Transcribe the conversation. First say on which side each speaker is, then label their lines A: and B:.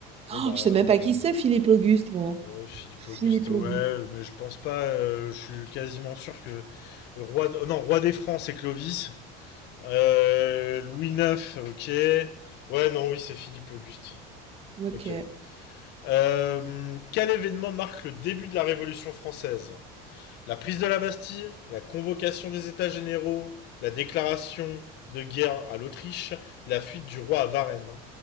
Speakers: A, on the left; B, on the right.
A: Bon
B: Oh,
A: bah.
B: je sais même pas qui c'est Philippe-Auguste, moi.
A: bon, Philippe Auguste,
B: Philippe-Auguste.
A: ouais, mais je pense pas. euh, je suis quasiment sûr que le roi, de- non, roi des Francs, c'est Clovis. Euh, Louis IX, ok. Ouais, non, oui, c'est Philippe Auguste.
B: Ok.
A: Ok. Euh, quel événement marque le début de la Révolution française La prise de la Bastille, la convocation des États généraux, la déclaration de guerre à l'Autriche, la fuite du roi à Varennes.